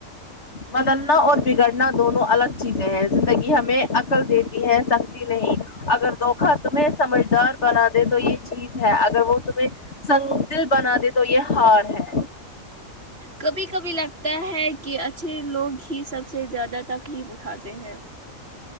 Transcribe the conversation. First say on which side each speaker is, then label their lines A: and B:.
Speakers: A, on the left; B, on the right.
A: بدلنا اور بگڑنا دونوں الگ چیزیں ہیں زندگی ہمیں عقل دیتی ہے سک جی نہیں اگر دھوکھا تمہیں سمجھدار بنا دے تو یہ چیز ہے اگر وہ تمہیں سنگ دل بنا دے تو یہ ہار ہے
B: کبھی کبھی لگتا ہے کہ اچھے لوگ ہی سب سے زیادہ تکلیف اٹھاتے ہیں